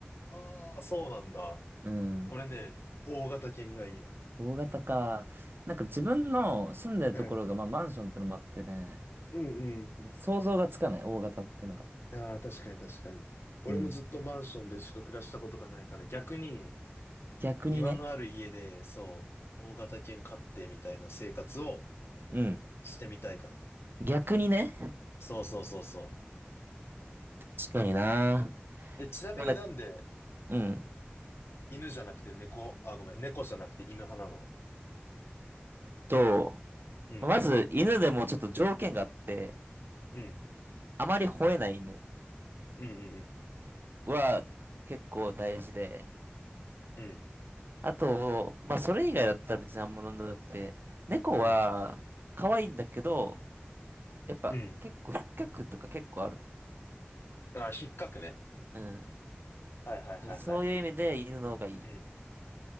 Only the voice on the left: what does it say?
ああ、そうなんだ。
俺ね、大型犬がいいな。
うん。
うん
ああ、確かに確かに。俺もずっとマンションでしか暮らしたことがないから、
逆に
庭のある家で、そう、大型犬飼ってみたいな生活を
してみたいかな。
そうそうそうそ
う。え、ちなみになんで
犬じゃなくて猫、あ、ごめん、猫じゃなくて犬派なの
うん、
うん、
うん、うん、
うん、
うん、
うん。ああ、引っかくね。
はいはいはいはい。
うん、